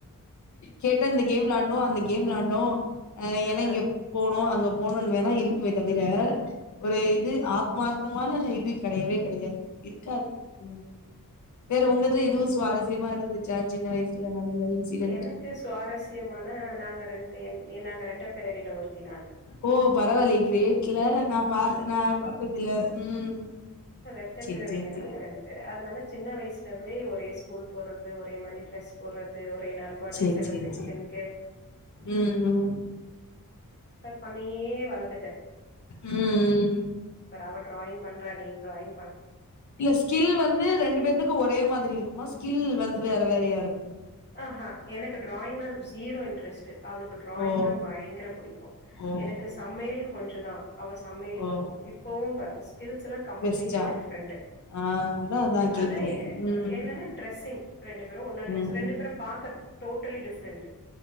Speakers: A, on the left; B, on the left.
A: கேட்ட இந்த கேம்லாம் அந்த கேம் விளாண்டோம் அ
B: ஆ
A: ஏன்னா இங்க போனோம் அங்க போனோன்னு வேலைா இருக்குமே தவிர ஒரு இது ஆத்மார்த்தமான இது கிடையவே கிடையாது இருக்காது உம் வேற உங்கதுல எதுவும் சுவாரஸ்யமா இருந்துச்சா சின்ன வயசுல நடந்த இன்சிடென்ட்
B: எனக்கு சுவாரஸ்யமான நாங்க ரெண்டு நாங்க ரெட்டப்பிறவில ஒருத்தி நானு
A: ஓ பரவாயில்லை கிரேட்ல நா பா நா பாத்ததில்ல ம்
B: இட்டப்பிறவில
A: சேரி சேரி சேரி
B: நாங்க ரெண்டு வே அதனால சின்ன வயசுல இருந்தே ஒரு ஸ்கூல் போடுறது ஒரே மாதிரி டிரெஸ் போடுறது
A: சேரி
B: ச செல்
A: சேரி
B: பிரேசிலின்
A: சேரி ம் ம்
B: பண்ணே வளர்ந்துட்ட
A: ம் ம்
B: அவடாயிங் பண்றா நீ டிராயி்
A: இல்ல ஸ்கில் வந்து ரெண்டு பேத்திக்கு ஒரே மாதிரி இருக்குமா ஸ்கில் வந்து வேற வேறயா இருக்கும்
B: ஆஹா எனக்கு டிராயிங்ல ஜீரோ இன்ட்ரெஸ்ட் அவளுக்கு டிராயிங்னா
A: ஓ
B: பயங்கர பிடிக்கும்
A: ஓ
B: எனக்கு சமையல் கொஞ்சதான் அவ சமையல்
A: ஓ
B: இப்போ இப்பவும் பாருங்க எல்லாம் கம்ட்ல
A: வெஸ்டா
B: டிரெண்ட்
A: ஆ அதா அதா கேக்குறே
B: ஆனா
A: ம்
B: என்னன்ன டெஸிங் ரெண்டு பேரும் ஒன்னா
A: ம்
B: டெஸ் ரெண்டு பார்க டோட்டலி டிபரென்ஸ்